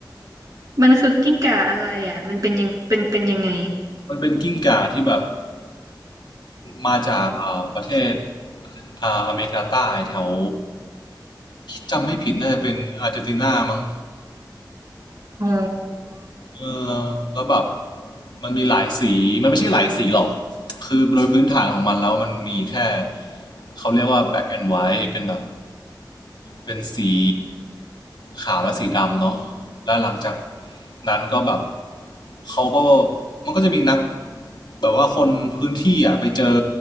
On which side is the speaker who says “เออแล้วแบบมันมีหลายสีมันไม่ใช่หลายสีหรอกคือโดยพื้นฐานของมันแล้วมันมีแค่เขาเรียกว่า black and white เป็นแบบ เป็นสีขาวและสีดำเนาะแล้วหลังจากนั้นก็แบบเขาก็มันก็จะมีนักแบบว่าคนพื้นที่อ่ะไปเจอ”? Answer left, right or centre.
Left